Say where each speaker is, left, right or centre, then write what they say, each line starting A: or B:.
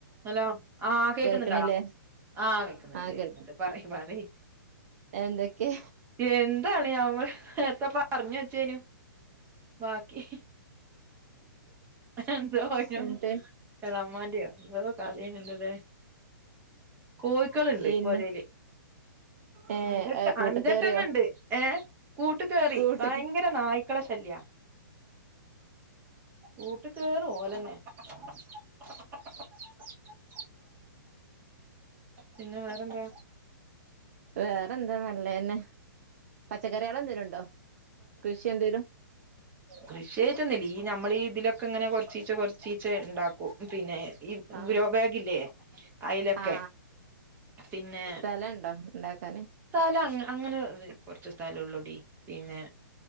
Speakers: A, on the right; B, on the right.
A: Hello ആ കേക്കുന്ന്ണ്ടാ?
B: കേൾക്കണില്ലേ
A: ആഹ് കേക്ക്ന്ന്ണ്ട്
B: ആ
A: കേക്ക്ന്ന്ണ്ട്
B: കേൾക്ക
A: പറി പറി.
B: എന്തൊക്കെ?
A: എന്താണ്യാ ഞമ്മൾ നേര്ത്താപ്പറഞ്ഞെച്ചേനു ബാക്കി എന്തോ <unintelligible>
B: എന്നിട്ട്
A: എളാമാന്റ്യോ എന്തോ കഥേനുല്ലലേ? കോയ്ക്കള്ണ്ട്
B: ഇന്ന്
A: പൊരേല്
B: ഏ
A: അഞ്ചെട്ട
B: കൂട്ട്
A: അഞ്ചെട്ടെണ്ണണ്ട്.
B: കേറിയോ
A: ഏ കൂട്ട്കേറി
B: കൂട്ട്
A: ഭയങ്കര നായ്ക്കളെ ശല്യാ. കൂട്ട് കേറോ ഓലെന്നെ? <inaudible> പിന്നെ വേറെന്താ?
B: വേറെന്താ നല്ലെന്നെ പച്ചക്കറികളെന്തേലുംണ്ടോ കൃഷി എന്തേലും?
A: കൃഷ്യായിട്ടൊന്നും ഇല്ല ഈ നമ്മളീ ഇതിലൊക്കെ ഇങ്ങനെ കൊർച്ചീച്ചെ കൊർച്ചീച്ചെ ഇണ്ടാ കു പിന്നെ ഈ
B: ആ
A: ഗ്രോബാഗില്ലേ അയിലൊക്കെ.
B: ആ
A: പിന്നെ
B: സ്ഥലണ്ടോ ഉണ്ടാക്കാന്
A: തല അങ്ങ അങ്ങനെ വ് കൊർച്ച് സ്ഥലൊളൊടി പിന്നെ